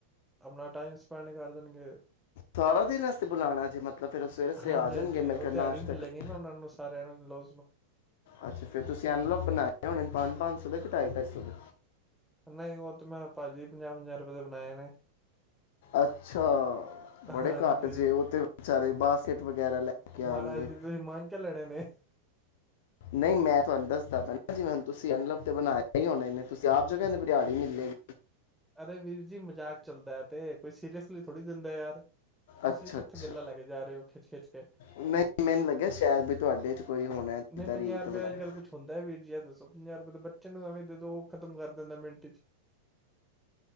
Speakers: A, in the centre; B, on the left.
A: ਆਪਣਾ ਟਾਈਮ ਸਪੈਂਡ ਕਰ ਦੇਣਗੇ
B: ਸਾਰਾ ਦਿਨ ਵਸਤੇ ਬੁਲਾਉਣਾ ਜੇ, ਮਤਲਬ ਫਿਰ ਉਹ ਸਵੇਰੇ ਸਵੇਰੇ
A: ਹਾਂਜੀ-
B: ਆ ਜਾਣਗੇ
A: ਹਾਂਜੀ
B: ਮੇਰੇ
A: ਉਹ
B: ਕੋਲ
A: ਤਿਹਾੜੀ
B: ਨਾਸ਼ਤੇ
A: ਮਿਲਲੇਗੀ
B: ਕਰ
A: ਨਾ, ਉਹਨਾਂ ਨੂੰ ਸਾਰਿਆਂ ਨੂੰ ਲੋਜ਼ਮ
B: ਅੱਛਾ, ਫੇਰ ਤੁਸੀਂ ਅਣਲਵ ਬਣਾਏ ਹੋਣੇ, ਪੰਜ-ਪੰਜ ਸੌ ਦੇ, ਕੇ ਢਾਈ- ਢਾਈ ਸੌ ਦੇ?
A: ਨਹੀਂ ਓਹ ਤੇ, ਮੈਂ ਭਾਜੀ ਪੰਜਾਹ- ਪੰਜਾਹ ਰੁਪੇ ਦੇ ਬਣਾਏ ਨੇ।
B: ਅੱਛਾ। ਬੜੇ
A: ਹਾਂਜੀ।
B: ਘੱਟ ਜੇ ਉਹ ਤੇ ਵਿਚਾਰੇ ਬਾਸਕਟ ਵਗੈਰਾ ਲੈ
A: ਮਹਾਰਾਜ
B: ਕੇ ਆਣਗੇ
A: ਦੀ ਤੁਸੀਂ ਮੰਗ ਕੇ ਲੈਣੇ ਨੇ।
B: ਨਹੀਂ, ਮੈਂ ਤੁਹਾਨੂੰ ਦੱਸਦਾ ਪੈਣਾ ਜਿਵੇ ਹੁਣ ਤੁਸੀ ਅਣਲਵ ਤੇ ਬਣਾਏ ਹੀ ਹੋਣੇ ਨੇ ਤੁਸੀਂ ਆਪ ਜੋ ਕੈੰਦੇ ਪੇਔ ਦਿਆੜੀ ਮਿਲੇਗੀ।
A: ਅਰੇ ਵੀਰ ਜੀ ਮਜ਼ਾਕ ਚੱਲਦੈ ਐਤੇ ਕੋਈ ਸੀਰੀਅਸਲੀ ਥ ਥੋੜ੍ਹੀ ਦਿੰਦਾ ਯਾਰ। ਤੁਸੀਂ
B: ਅੱਛਾ
A: ਕਿੱਥੇ
B: ਅੱਛਾ,
A: ਗੱਲਾਂ ਲੈ ਕੇ ਜਾ ਰਹੇ ਹੋ ਖਿੱਚ-ਖਿੱਚ ਕੇ
B: ਨਹੀਂ ਮੈਨੂੰ ਲੱਗਿਆ ਸੈ਼ਦ ਬੀ ਤੁਹਾਡੇ ਚ ਕੋਈ ਹੋਣਾ ਹੈ
A: ਨਹੀਂ
B: ਜਿੱਦਾਂ
A: ਪੰਜਾਹ
B: ਰੀਤ
A: ਰੁਪੇਆ
B: ਵਗੈਰਾ
A: ਅੱਜ ਕੱਲ੍ਹ ਕੁਛ ਹੁੰਦਾ ਹੈ ਵੀਰ ਜੀ ਐਹ ਦੱਸੋ, ਪੰਜਾਹ ਰੁਪਏ ਤਾਂ ਬੱਚੇ ਨੂੰ ਐਵੇਂ ਦੇਦੋ ਓਹ ਖ਼ਤਮ ਕਰ ਦਿੰਦੈ ਮਿੰਟ ਚ।